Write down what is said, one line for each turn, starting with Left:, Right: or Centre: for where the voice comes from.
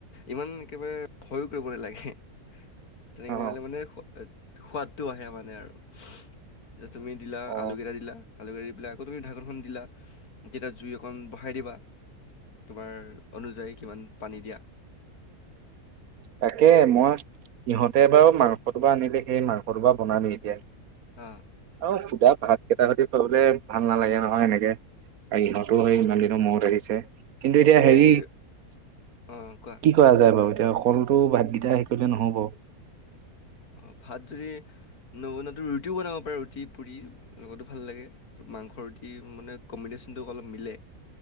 Left: ইমান একেবাৰে ভয়ো কৰিব নালাগে। তেনেকে
Right: অ
Left: বনালে মানে সোৱাদটো আহে মানে আৰু। তে' তুমি দিলা
Right: অ
Left: আলুকেইটা দিলা। আলু কাটি দি পেলাই আকৌ তুমি ঢাকোনখন দিলা যেতিয়া জুই অকণ বঢ়াই দিবা। তোমাৰ অনুযায়ী কিমান পানী দিয়া।
Right: তাকে, মই ইহঁতে বাৰু মাংস টোপোলা আনিলে। সেই মাংস টোপোলা বনালো এতিয়া।
Left: অ,।
Right: আৰু সোদা ভাত কেইটা হতে খুৱাবলে ভাল নালাগে নহয় এনেকে ইহত তোৰ হেৰি
Left: অ
Right: ইমান দিনৰ মূৰত আহিছে। কিন্তু এতিয়া
Left: তুমি
Right: হেৰি
Left: যদি
Right: কি
Left: অ কোৱা
Right: কৰা যায় বাৰু? তে অকলটো ভাতকেইটা সেই কৰিলে নহ'ব।
Left: অ, ভাত যদি নবনাতো ৰুটিও বনাব পাৰা ৰুটি, পুৰি লগতো ভাল লাগে। মাংস, ৰুটি মানে কম্বিনেশ্যনটো অলপ মিলে।